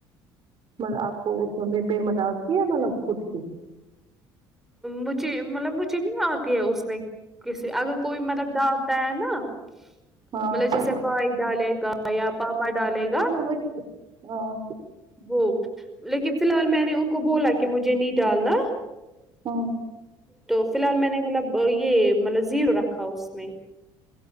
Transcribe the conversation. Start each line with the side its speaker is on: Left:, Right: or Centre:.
Right: مطلب آپ کو اس سمہ پہ مذاق کیا مطلب خود کی
Centre: مجھے مطلب مجھے نہیں آتی ہے اس میں کسی اگر کوئی مطلب ڈالتا ہے نا مطلب
Right: ہاں
Centre: جیسے بھائی ڈالے گا یا پاپا ڈالے گا
Right: ویچ ہاں
Centre: وہ لیکن فلحال میں نے ان کو بولا کہ مجھے نہیں ڈالنا
Right: ہاں
Centre: تو فلحال میں نے مطلب یہ مطلب زیرو رکھا اس میں